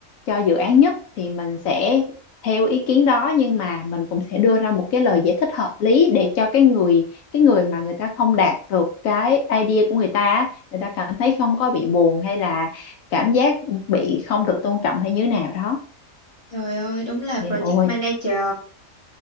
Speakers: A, on the left (about 80°); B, on the left (about 20°).
A: cho dự án nhất thì mình sẽ theo ý kiến đó nhưng mà mình cũng sẽ đưa ra một cái lời giải thích hợp lý để cho cái người cái người mà người ta không đạt được cái idea của người ta á, người ta cảm thấy không có bị buồn hay là cảm giác bị không được tôn trọng hay như thế nào đó
B: Trời ơi, đúng là project
A: thì ôi
B: manager.